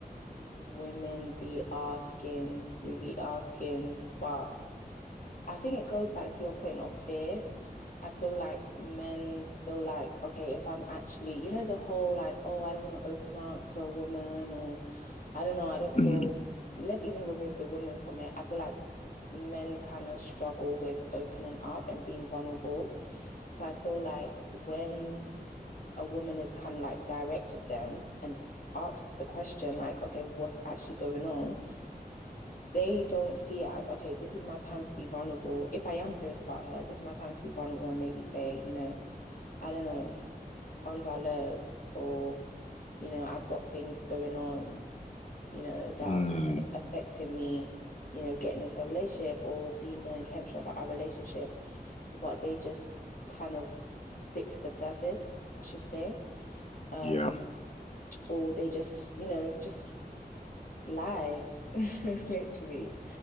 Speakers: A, on the left (about 60°); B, on the left (about 40°).
A: women be asking, we be asking, but I think it goes back to your point of fear. I feel like men feel like, okay, if I'm actually, you know, the whole like, oh, I don't want to open up to a woman, or I don't know, I don't feel,
B: Mm,
A: let's even remove the woman from it. I feel like men kind of struggle with opening up and being vulnerable. So I feel like when a woman is kind of like direct with them and asks the question, like, okay, what's actually going on? They don't see it as, okay, this is my time to be vulnerable. If I am serious about her, this is my time to be vulnerable and maybe say, you know, I don't know, funds are low, or, you know, I've got things going on, you know, that are
B: mm,
A: kind of affecting me, you know, getting into a relationship or being more intentional about our relationship, but they just kind of stick to the surface, I should say. Um,
B: yeah.
A: or they just, you know, just lie, <laughs> literally.